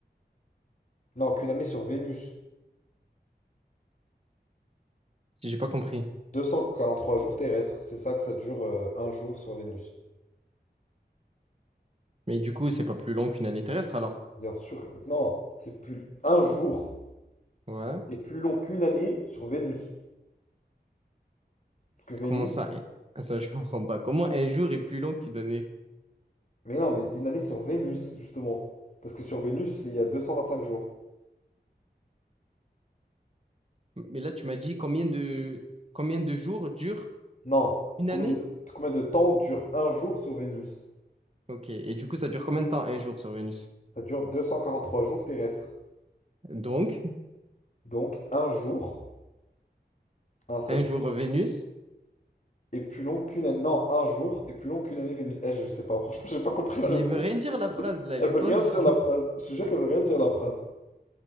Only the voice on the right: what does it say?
si j'ai pas compris.
Mais du coup, c'est pas plus long qu'une année terrestre, alors.
Ouais.
Comment ça? un- Attends, je comprends pas. Comment un jour est plus long qu'une année?
Mais là, tu m'as dit combien de combien de jours dure
une
année?
Ok. Et du coup, ça dure combien de temps un jour sur Vénus?
Donc,
un jour
Vénus.
Mais
elle veut rien dire la phrase là,
elle est
fausse.
<laughs>